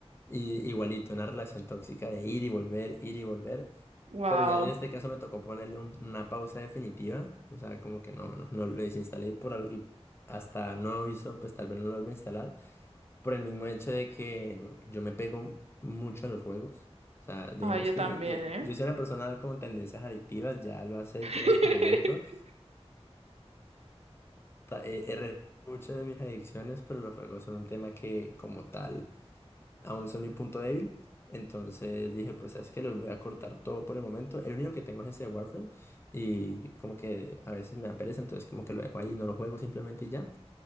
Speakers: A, on the left; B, on the right.
A: Y igualito, una relación tóxica de ir y volver, ir y volver.
B: Wow.
A: Pero ya en este caso me tocó ponerle un- una pausa definitiva. O sea, como que no, no, no lo desinstalé y por al- y hasta no aviso, pues tal vez no lo vuelva a instalar. Por el mismo hecho de que mm, yo me pego mucho a los juegos. O sea, digamos
B: Ay, yo
A: que
B: también,
A: yo,
B: ¿eh?
A: yo soy una persona con tendencias adictivas, ya lo acepto
B: <laughs>
A: en este momento ta- He, he re- muchas de mis adicciones, pero los juegos son un tema que como tal aún son mi punto débil. Entonces dije, pues sabes que los voy a cortar todo por el momento. El único que tengo es ese de Warframe y como que a veces me da pereza, entonces como que lo dejo ahí, no lo juego simplemente y ya.